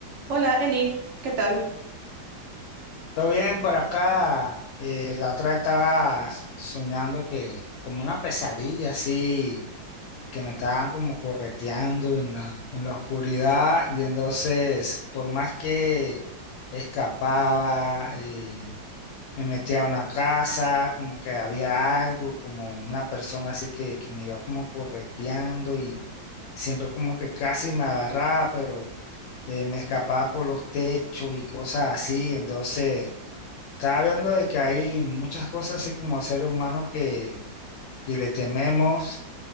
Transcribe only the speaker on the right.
Hola Eli, ¿qué tal?